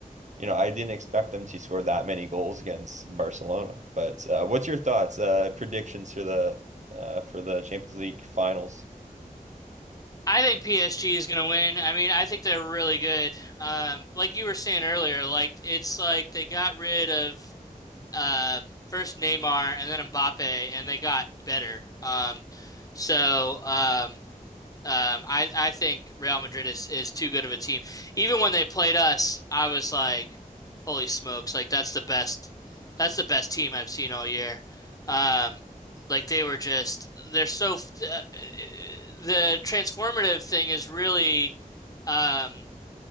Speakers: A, on the right; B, on the left.
A: you know, I didn't expect them to score that many goals against Barcelona. But uh, what's your thoughts, uh, predictions for the uh, for the Champions League finals?
B: I think PSG is going to win. I mean, I think they're really good. Um, like you were saying earlier, like it's like they got rid of uh, first Neymar and then Mbappe, and they got better. Um, so um, Um, I I think Real Madrid is is too good of a team. Even when they played us, I was like, "Holy smokes! Like that's the best, that's the best team I've seen all year." Um, like they were just they're so f- uh, the transformative thing is really um